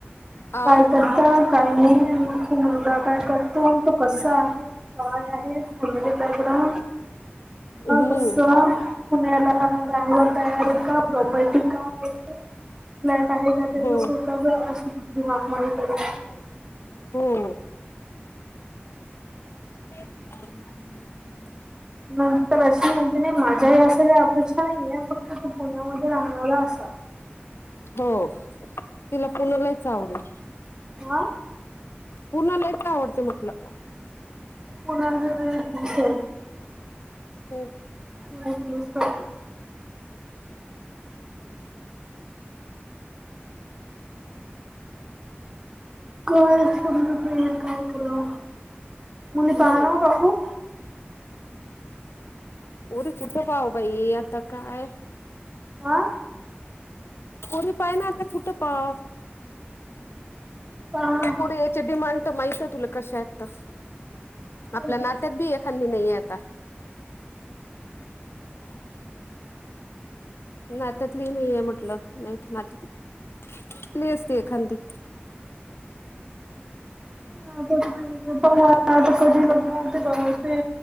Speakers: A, on the left (about 75°); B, on the right (about 20°).
A: आ?
B: काय करता काही नाही आणि मग तो मुलगा काय करतो? तो कसा आहे. काय आहे फॅमिली बॅकग्राऊंड?
A: हम्म.
B: तस पुण्याला राहायला तयार आहे का? प्रॉपर्टी काय आहे. फ्लॅट आहे का त्याचा
A: हो.
B: स्वतःचा? अशी दती मागणी करत आहे.
A: हम्म. <inaudible>
B: नंतर अशी म्हणते नाही माझ्या या अशा या अपेक्षा आहे या फक्त तु पुण्यामध्ये राहणारा असावा.
A: हो तिला पुण लयच आवडेल.
B: आ?
A: पुण लयच आवडत. च म्हटलं
B: पुण्याचा
A: <inaudible>
B: पुण - पुणच करत. काय समजत नाहीय काय कराव? कुणी
A: हम्म.
B: पाह ना ओ काकू
A: ओर चिप पाव बाई आता काय?
B: हा
A: पोरी पाहीन आता कुठ पाव?
B: पहा
A: पोरी याच्या डिमांड तर माहित आहे तुला कशाय तर?
B: ते
A: आपल्या नात्यात बी एखांदी नाहीये आता. नात्यातली नाही आहे म्हटलं नाहीतर नात्यातली आणली असती एखांदी.
B: हा तेच ना पण आता कधी लग्न होतंय त्यावेळी ते